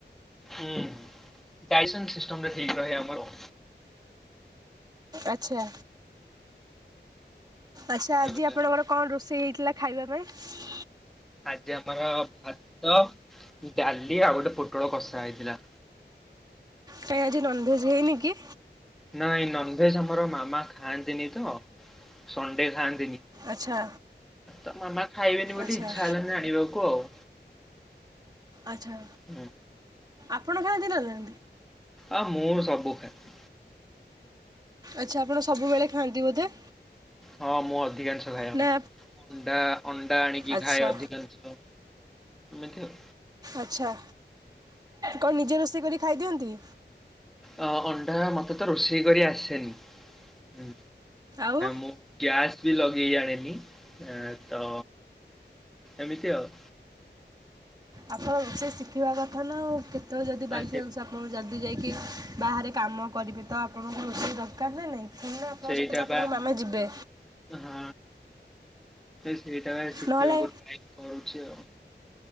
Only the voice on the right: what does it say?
ଆଛା। ଆଚ୍ଛା
ଆଜି ଆପଣଙ୍କର କଣ ରୋଷେଇ ହେଇଥିଲା ଖାଇବା ପାଇଁ?
କାଇଁ ଆଜି ନନଭେଜ୍ ହେଇନି କି?
ଆଚ୍ଛା
ଆଚ୍ଛା
ଆଚ୍ଛା
ଆପଣ କାହାନ୍ତି ଦିନ ରେ?
ଆଚ୍ଛା ଆପଣ ସବୁବେଳେ ଖାଆନ୍ତି ବୋଧେ।
ନା
ଆଚ୍ଛା
ଆଚ୍ଛା କଣ ନିଜେ ରୋଷେଇ କରି ଖାଇଦିଅନ୍ତି?
ଆଉ
ଆପଣ ରୋଷେଇ ଶିଖିବା କଥା ନା ଆଉ କେତେବେଳେ ଯଦି
ବାଇଚାନ୍ସ
ଆପଣ ଜଲ୍ଦି ଯାଇକି ବାହାରେ କାମ କରିବେ ତ ଆପଣଙ୍କ ରୋଷେଇ ଦରକାର ନା ନାହିଁ। <unintelligible> ଆପଣଙ୍କ
ସହିତ ଆପଣଙ୍କ
ମାମା ଯିବେ।
ନହେଲେ